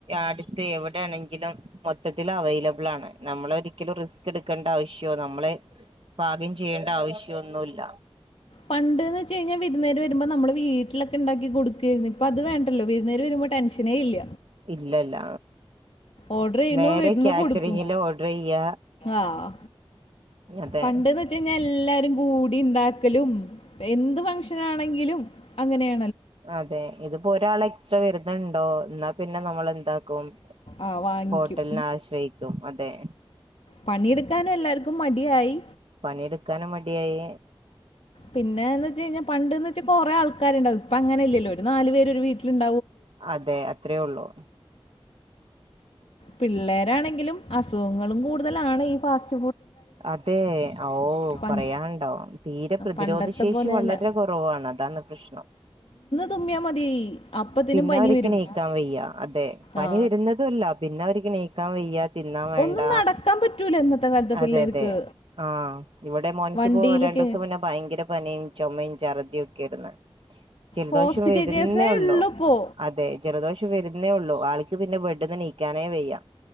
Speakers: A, on the right; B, on the left.
A: അടുത്ത് എവിടെയാണെങ്കി ക്കിലും മൊത്തത്തില് അവൈലബിൾ ആണ്. നമ്മള് ഒരിക്കലും റിസ്ക് എട്ക്കേണ്ട ആവശ്യോ നമ്മള് പാകം ചെയ്യേണ്ട ആവശ്യയോ ഒന്നുല്ല.
B: പണ്ട്ന്ന് വെച്ച് കഴിഞ്ഞാൽ വിരുന്നേര്‌ വരുമ്പോൾ നമ്മള് വീട്ടിലൊക്കെ ഉണ്ടാക്കി കൊടുക്കേര്ന്നു. ഇപ്പ അത് വേണ്ടല്ലോ വെര്ന്നേര് വെരുമ്പോ ടെൻഷനേ ഇല്ല.
A: ഇല്ലല്ല
B: ഓർഡർ ചെയ്യുന്നു
A: നേരെ
B: വരുന്നു
A: കാറ്ററിങ്ങില്
B: കൊടുക്കും.
A: ഓഡറെയ്യ
B: ആഹ്.
A: അതെ
B: പണ്ട്ന്ന് വെച്ച് കഴിഞ്ഞാ എല്ലാരും കൂടി ഇണ്ടാ ക്കലും എന്ത് ഫങ്ഷൻ ആണെങ്കിലും അങ്ങനെയ
A: അതെ ഇതിപ്പോ ഒരാൾ എക്സ്ട്രാ വെ രുന്നുണ്ടോ ഇന്നാ പിന്നെ നമ്മളെ ന്താക്കും
B: ആഹ് വാങ്ങിക്കും.
A: ഹോട്ടൽനെ ആശ്രയിക്കും. അതെ
B: പണിയെടുക്കാനും എല്ലാര്ക്കും മടിയായി.
A: പണിയെടുക്കാനും മടിയായി
B: പിന്നെ ന്ന് വെച്ച് കഴിഞ്ഞ പണ്ട് ന്ന് വെച്ച് കൊറെ ആൾക്കാര് ണ്ടാവും ഇപ്പ അങ്ങനെല്ലല്ലോ ഒരു നാല് പേര് ഒരു വീട്ടിലിണ്ട
A: അതെ അത്രേ ഒള്ളു
B: പിള്ളേരാണെങ്കിലും അസുഖങ്ങളും കൂടുതലാണ് ഈ ഫാസ്
A: അതെ ഓ
B: പണ്ട്
A: പറയാണ്ടോ തീരെ പ്രതിരോധശേഷി
B: പണ്ടത്തെ പോലെയല്ല
A: വളരെ കുറവാണ് അതാണ് പ്രശ്നം.
B: തുമ്മിയ മതി അപ്പത്തിനും
A: പിന്നെ
B: പനി
A: അവര്ക്ക്
B: വരും
A: നീക്കാൻ വയ്യ അതെ പനി
B: ആ
A: വെര്ന്നതു അല്ല പിന്നെ പിന്നെ അവര്ക്ക് നീക്കാൻ വയ്യ തിന്നാൻ വേണ്ട.
B: ഒന്നും നടക്കാൻ പറ്റൂല ഇന്നത്തെ കാലത്തെ പിള്ളേർക്ക്
A: അതെ അതെ ആ ഇവിടെ മോനിക്കിപ്പോ
B: വണ്ടിയിലൊക്കെ
A: രണ്ടു ദിവസം മുന്നേ ഭയങ്കര പനി ചുമയും ഛർദിയും ഒക്കെ ആയിരുന്നു ജലദോഷം
B: ഹോസ്പിറ്റൽ
A: വരുന്നേ
B: കേസേ
A: ഉള്ളോ
B: ഉള്ളൂ ഇപ്പോ
A: അതെ ജലദോഷം വരു <unintelligible> ഉള്ളു വയ്യ ആളക്ക് ബെഡ്ന്ന് എനീക്കാനേ വെയ്യ